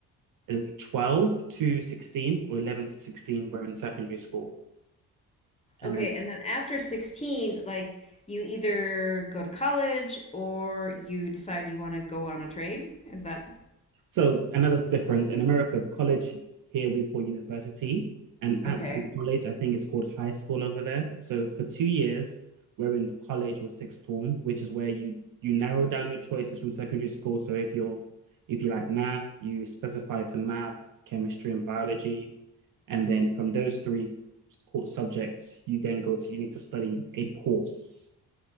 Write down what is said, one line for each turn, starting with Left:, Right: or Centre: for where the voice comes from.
Right: uh, 12 to 16 or 11 to 16, we're in secondary school. And
Left: Okay,
Right: then,
Left: and then after 16, like you either go to college or you decide you want to go on a trade. Is that
Right: so another difference in America, college here we call university, and actual
Left: Okay.
Right: college, I think it's called high school over there. So for two years, we're in college or sixth form, which is where you you narrow down your choices from secondary school. So if you're if you like math, you specify to math, chemistry, and biology, and then from those three core subjects, you then go to you need to study a course.